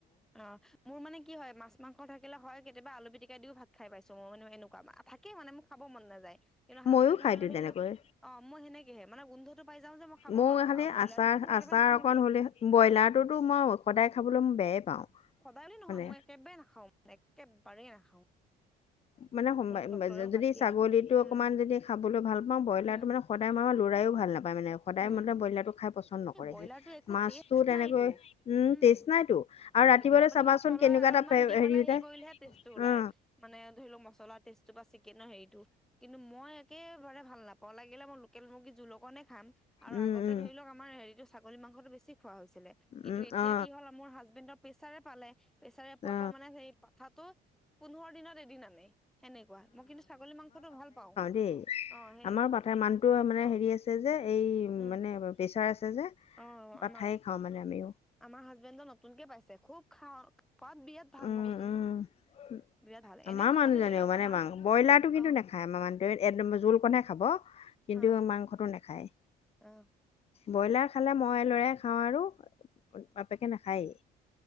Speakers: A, in the centre; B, on the left.
A: অ মোৰ মানে কি হয় মাছ মাংস থাকে হয় কেতিয়াবা আলু পিটিক দিও ভাত খাই পাইছো মই মানে এনে কোৱা থাকেই মানে মোক খাব মন নাযায় কিন্তু হাজবেণ্ড
B: ময়ো
A: থাকিলে
B: খাই দিওঁ
A: ধৰি
B: তেনেকৈ
A: লওক অ মই সেনেকেহে মানে গোন্ধটো পাই যাওঁ যে মই খাব
B: মোৰ
A: নোৱাৰো
B: খালি
A: আৰু ব্ৰইলাৰটোতো
B: আচাৰ
A: মই একেবাৰে
B: আচাৰ
A: নাখাওৱেই
B: অকণ হ'লে ব্ৰইলাৰটোতো মই সদায় খাবলৈ মই বেয়াই পাওঁ
A: সদায় নহয়
B: মানে
A: মই একেবাৰে নাখাও মই একেবাৰেই নাখাও
B: মানে
A: মোক ডক্তৰেও
B: যদি
A: শাক দিয়া
B: ছাগলীটো
A: আছে উম
B: অকমান যদি খাবলৈ ভাল পাওঁ ব্ৰইলাৰটো
A: উম
B: মানে সদায় মই আৰু লৰায়ো ভাল নাপায় মানে সদায়
A: উম
B: মতলব ব্ৰইলাৰ টো খাই পছন্দ নকৰে
A: এই ব্ৰইলাৰটো
B: সি
A: একো
B: মাছটো
A: টেষ্ট
B: তেনেকৈ
A: নাইতো
B: ওম
A: উম
B: টেছ নাই টো
A: এনেকে
B: আৰু ৰাতিপুৱাতে
A: আপুনি
B: চাবা
A: মছলা
B: চোন কেনেকুৱা
A: অলপমান
B: এটা হেৰি
A: দি পেলাই
B: যায়
A: কৰিলেহে টেষ্টটো ওলাই
B: অ
A: মানে ধৰি লওক মছলা টেষ্টটো বা ছিগ কেনৰ হেৰিটো কিন্তু মই একেবাৰে ভাল নাপাওঁ লাগিলে মই লোকেল মুৰ্গী জোল অকণে খাম আৰু
B: উম
A: আগতে
B: উম
A: ধৰি লওক আমাৰ হেৰিটো ছাগলী মাংসটো বেছি খোৱা হৈছিলে কিন্তু
B: উম
A: এতিয়া
B: অ
A: কি হ'ল মোৰ হাজবেণ্ডৰ প্ৰেছাৰে পালে প্ৰেছাৰে পোৱাৰ
B: অ
A: পৰা মানে সেই পথাটো পোন্ধৰ দিনত এদিন আনেই সেনেকুৱা মই কিন্তু ছাগলী মাংসটো ভাল পাওঁ
B: দে
A: অ সেই
B: আমাৰ পাঠাৰ মানুহটোৱে মানে
A: অ
B: হেৰি আছে যে এই
A: উম
B: মানে প্ৰেছাৰ আছে যে
A: অ
B: পঠায়
A: আমাৰ
B: খাওঁ মানে আমিও
A: আমাৰ হাজবেণ্ডজন নতুনকে পাইছে খুব খা খোৱাত বিৰাট ভাল
B: উম
A: মই কৈছো
B: উম
A: নহয় বিৰাট ভাল
B: আমাৰ
A: এনেকুৱা
B: মানুহজনেও
A: ধৰি লওক
B: মানে
A: আমাৰ
B: মা ব্ৰইলাৰটো কিন্তু
A: অ
B: নেখায় আমাৰ মানুহটোৱে একদম জোল কণহে খাব কিন্তু
A: অ
B: মাংসটো নাখায়
A: অ
B: ব্ৰইলাৰ খালে মই লৰাই খাওঁ আৰু বাপেকে নাখায়েই